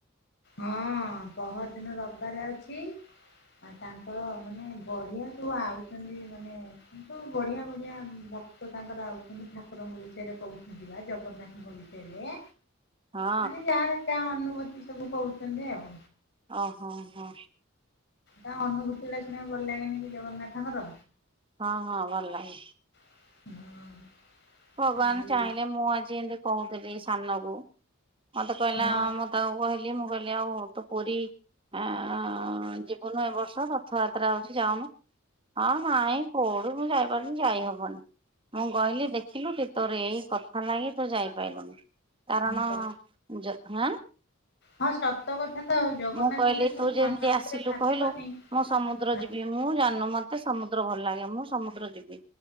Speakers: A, on the left; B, on the right.
A: ହଁ ପହର ଦିନ ରବିବାର ଅଛି। ଆ ତାଙ୍କର ମାନେ ବଢିଆ ସବୁ ଆଉଛନ୍ତି ମାନେ କିନ୍ତୁ ବଢିଆ ବଢିଆ ଭକ୍ତ ତାଙ୍କର ଆଉଛନ୍ତି ଠାକୁରଙ୍କ ବିଷୟରେ କହୁଛନ୍ତି ବା ଜଗନ୍ନାଥଙ୍କ ବିଷୟରେ
B: ହଁ
A: ମାନେ ଯାହାର ଯାହା ଅନୁଭୂତି ସବୁ କହୁଛନ୍ତି ଆଉ।
B: ଓ ହୋ ହୋ।
A: ତାଙ୍କ ଅନୁଭୂତି ଗୁଡ଼ାକ ଶୁଣିବାକୁ ଭଲ ଲାଗେନି କି ଜଗନ୍ନାଥଙ୍କର।
B: ହଁ ହଁ ଭଲ ଲାଗେ।
A: <inaudible>
B: ଭଗବାନ
A: ଆଉ
B: ଚାହିଁଲେ ମୁଁ ଆଜି ଏମିତି କହୁଥିଲି ସାନକୁ ମତେ କହିଲା
A: ହଁ
B: ମୁଁ ତାକୁ କହିଲି ମୁଁ କହିଲି ଆଉ ତୁ ପୁରୀ ଆ ଯିବୁନୁ ଏ ବର୍ଷ ରଥଯାତ୍ରା ହଉଛି ଯାଉନୁ। ହଁ ନାଇଁ କୋଉଠୁ ମୁଁ ଯାଇପାରୁଚି, ଯାଇହବନି ମୁଁ କହିଲି ଦେଖି ତୋର ଏଇ କଥା ଲାଗି ତୁ ଯାଇପାରିଲୁନି। କାରଣ
A: ସ
B: ଯ ହଁ। <inaudible>
A: ହଁ ସତ କଥା ତ ଆଉ ଜଗନ୍ନାଥଙ୍କୁ
B: ମୁଁ କହିଲି
A: ଯେତେବେଳେ
B: ତୁ ଯେମିତି
A: ମନ ଭିତରେ
B: ଆସିଲୁ
A: ଭାବିବନି
B: କହିଲୁ ମୁଁ ସମୁଦ୍ର
A: ହଁ
B: ଯିବି ମୁଁ ଜାଣୁନୁ ମତେ ସମୁଦ୍ର ଭଲ ଲାଗେ ମୁଁ ସମୁଦ୍ର ଯିବି